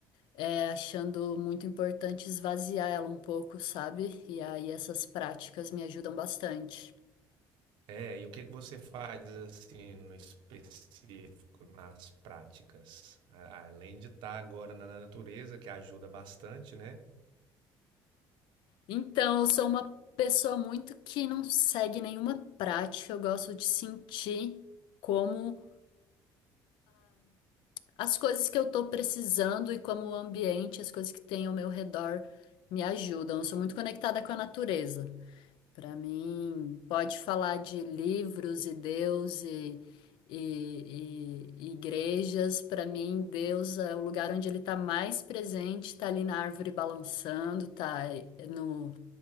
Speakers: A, on the left (about 75°); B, on the right (about 75°).
A: é, achando muito importante esvaziar ela um pouco, sabe? E aí essas práticas me ajudam bastante.
B: É, e o que que você faz assim no específico, nas práticas? A- Além de estar agora na natureza, que ajuda bastante, né?
A: Então, eu sou uma pessoa muito que não segue nenhuma prática, eu gosto de sentir como as coisas que eu tô precisando e como o ambiente, as coisas que tem ao meu redor me ajudam. Eu sou muito conectada com a natureza. Para mim, pode falar de livros e Deus e, e- e igrejas. Para mim, Deus é o lugar onde ele está mais presente, está ali na árvore balançando, tá eh, no,